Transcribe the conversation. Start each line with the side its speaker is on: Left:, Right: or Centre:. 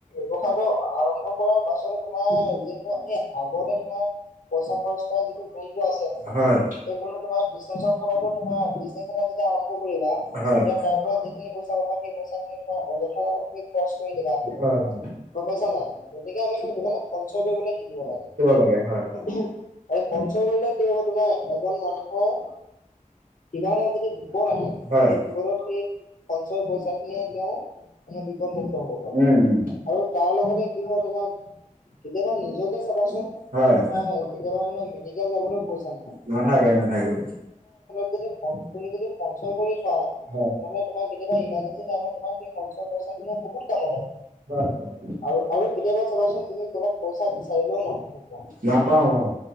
Left: ব্যৱসায়টো আৰম্ভ কৰাৰ পাছতে তোমাৰ যিহেতু সেই আগতে তোমাৰ পইচা খৰচ কৰা যিটো গুনটো আছে মানে,
Right: হয়
Left: এই‌ গুনটো তোমাক <unintelligible> তোমাৰ বিশ তাৰিখৰ পৰা যেতিয়া, আৰম্ভ কৰিবা! তেতিয়া,
Right: হয়। হয়
Left: তাৰপৰা যিখিনি পইচা সেই পইচা খিনি, তোমাৰ অযথা <unintelligible> তুমি খৰচ কৰি দিবা।
Right: হয়, হয়।
Left: গম পাইছা নাই? গতিকে আমি, সেইটো কাৰণে, সঞ্চয় কৰিবলৈ শিকিব লাগে।
Right: লাগে হয়
Left: আৰু সঞ্চয় কৰিলে, কি হ'ব তোমাৰ, এজন মানুহৰ কিবা এটা, যদি বিপদ আহে!
Right: হয়।
Left: সেই বিপদত, সেই সঞ্চয় পইচা খিনিয়ে, তেওঁ মানে, বিপদমুক্ত হ'ব পাৰে।
Right: উম উম।
Left: আৰু তাৰ লগতে, কি হয়, তোমাৰ কেতিয়াবা, নিজকে চাবাচোন?
Right: হয়।
Left: <unintelligible> কেতিয়াবা মানে, মেডিকেল যাবলৈ পইচা
Right: নাথাকে, নাথাকে।
Left: তুমি যদি, <unintelligible> তুমি যদি সঞ্চয় কৰি থোৱা!
Right: হয়
Left: মানে তোমাক, কেতিয়াবা ইমাৰজেঞ্চি টাইমত, তোমাক, সেই সঞ্চয় পইচা খিনি, বহুত কামত আহে।
Right: হয় হয়
Left: আৰু আৰু কেতিয়াবা চাবাচোন? তুমি ক'ৰবাত পইচা বিচাৰিলেও, নাপাবা।
Right: নাপাওঁ, অ'!